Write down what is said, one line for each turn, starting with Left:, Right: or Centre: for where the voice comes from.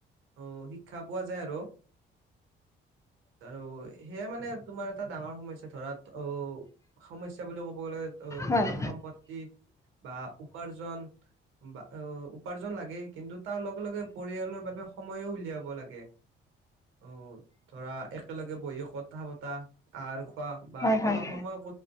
Right: অ শিক্ষা পোৱা যায় আৰু আৰু সেয়া মানে তোমাৰ এটা ডাঙৰ সমস্যা ধৰা অ সমস্যা বুলি ক'ব গ'লে অ
Left: হয়
Right: ধন সম্পত্তি বা উপাৰ্জন বা উপাৰ্জন লাগেই কিন্তু তাৰ লগে লগে পৰিয়ালৰ বাবে সময়ো উলিয়াব লাগে অ ধৰা একেলগে বহিও কথা আহাৰ খোৱা বা
Left: হয় হয়
Right: অলপ সময়